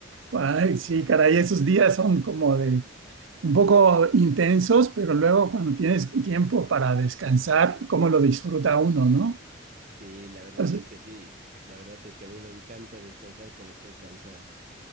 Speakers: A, on the right; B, on the right.
A: Ay,
B: Y-
A: sí, caray, esos días son como de un poco intensos, pero luego cuando tienes tiempo para descansar, cómo lo disfruta uno, ¿no?
B: Sí, la verdad
A: Pues,
B: es que sí. La verdad es que a mí me encanta descansar cuando estoy cansado.